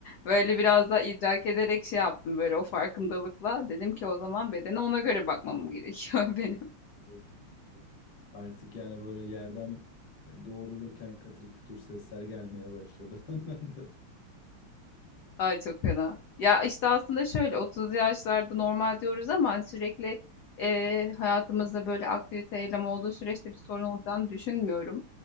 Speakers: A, on the left; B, on the left.
A: böyle biraz da idrak ederek şey yaptım böyle o farkındalıkla. Dedim ki o zaman bedene ona göre bakmam gerekiyor <laughs> benim.
B: Evet. Artık yani böyle yerden e, doğrulurken katır kütür sesler gelmeye başladı <laughs> benden de.
A: Ay çok fena. Ya işte aslında şöyle 30 yaşlarda normal diyoruz ama hani sürekli eee, hayatımızda böyle aktivite eylem olduğu süreçte bir sorun olacağını düşünmüyorum.